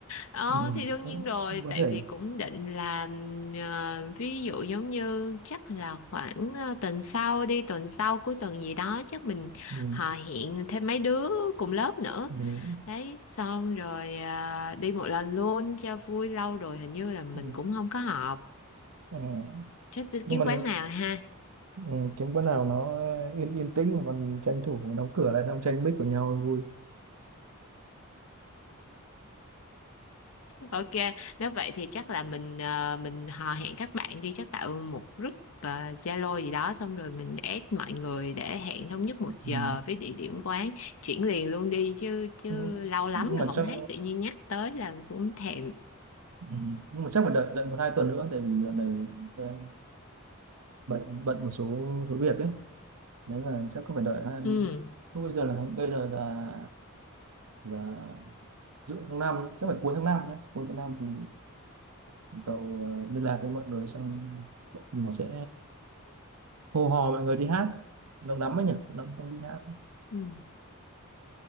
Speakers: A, on the left; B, on the right.
A: Ờ,
B: ừ,
A: thì đương
B: cũng,
A: nhiên rồi,
B: cũng có
A: tại
B: thể
A: vì cũng định là ừm, ờ, ví dụ giống như chắc là khoảng ờ, tuần sau đi, tuần sau cuối tuần gì đó chắc mình
B: ừ,
A: họ hẹn thêm mấy đứa cùng lớp nữa.
B: ừ,
A: Đấy, xong rồi ờ, đi một lần luôn cho vui lâu rồi hình như là mình
B: ừ.
A: cũng không có họp.
B: ừ.
A: Chắc đi
B: nhưng
A: kiếm
B: mà
A: quán nào ha.
B: ừ, kiếm quán nào nó yên yên tĩnh mà còn tranh thủ đóng cửa lại xong tranh bích của nhau vui
A: Ok, nếu vậy thì chắc là mình ờ, mình hò hẹn các bạn đi chắc tạo một group ờ, Zalo gì đó xong rồi mình add mọi người để hẹn thống nhất một
B: ừ.
A: giờ với địa điểm quán chuyển liền luôn đi chứ chứ
B: nhưng,
A: lâu lắm
B: nhưng
A: rồi
B: mà
A: không
B: chắc
A: thấy tự nhiên nhắc tới là cũng thèm.
B: Ừ. Nhưng mà chắc phải đợi đợi một hai tuần nữa tại vì dạo này ờ, bận bận một số số việc ấy nên là chắc có phải đợi hai
A: Ừ.
B: lúc bây giờ là bây giờ là là giữa tháng năm ấy, chắc phải cuối tháng năm đấy cuối tháng năm thì cậu ờ, liên lạc với mọi người xong mình sẽ hô hò mọi người đi hát lâu lắm ấy nhỉ Lâu lắm không đi hát
A: Ừ.